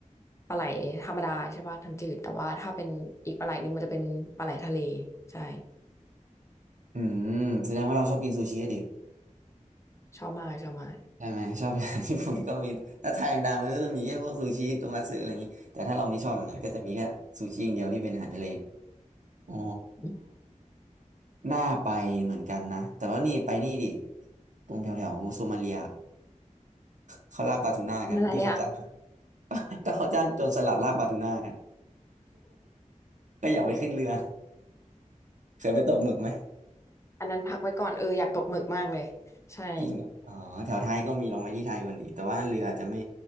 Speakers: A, on the left; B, on the right.
A: ปลาไหลธรรมดาใช่ป่ะทำ้ำจืดแต่ว่าถ้าเป็นอีกปลาไหลหนึ่งมันจะเป็นปลาไหลทะเลใช่
B: อืมแสดงว่าเราชอบกินซูชิอะดิ
A: ชอบมากชอบมาก
B: ใช่ไหมชอบ <laughs> ญี่ปุ่นก็มีถ้าไทยอย่างดังมันก็จะมีแค่พวกซูชิโทมัตสึอะไรอย่างนี้แต่ถ้าเราไม่ชอบแบบนั้นก็จะมีแค่ซูชิอย่างเดียวที่เป็นอาหารทะเลอ๋อ
A: อ
B: น่าไปเหมือนกันนะแต่ว่านี่ไปนี่ดิตรงแถวแถวโซมาเลียเขาล่าปลาทูน่ากันที่เขาจับ
A: มอะไรอ่ะ
B: <laughs> ก็เขาจ้างโจรสลัดลาบบาทูน่ากันก็อยากไปขึ้นเรือเคยไปตกหมึกไหม
A: อันนั้นพักไว้ก่อนเอออยากตกหมึกมากเลยใช่
B: จริงเหรออ๋อแถวไทยก็มีลองไปที่ไทยก่อนดีแต่ว่าเรือจะไม่